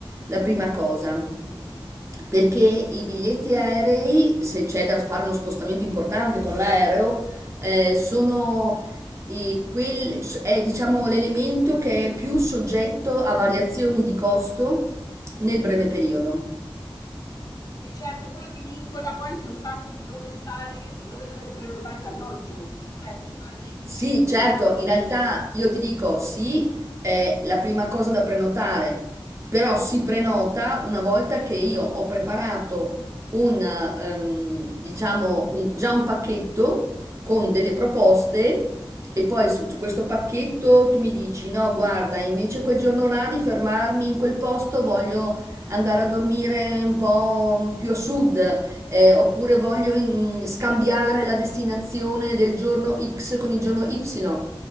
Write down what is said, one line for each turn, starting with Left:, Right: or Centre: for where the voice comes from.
Right: la prima cosa, perché i biglietti aerei, se c'è da fare uno spostamento importante con l'aereo, eh, sono eh, quel- è, diciamo, l'elemento che è più soggetto a variazioni di costo nel breve periodo.
Left: E certo, quello ti vincola poi sul fatto di dove stare, di dove dover prenotare l'alloggio, cioè prima i biglietti
Right: Sì, certo,
Left: e poi dopo
Right: in realtà
Left: decidi.
Right: io ti dico
Left: Mhm.
Right: sì, è la prima cosa da prenotare, però si prenota una volta che io ho preparato un, ehm, diciamo, un- già un pacchetto con delle proposte e poi su, su questo pacchetto tu mi dici no, guarda, invece quel giorno là di fermarmi in quel posto voglio andare a dormire un po' più a sud eh, oppure voglio mm, scambiare la destinazione del giorno X con il giorno Y.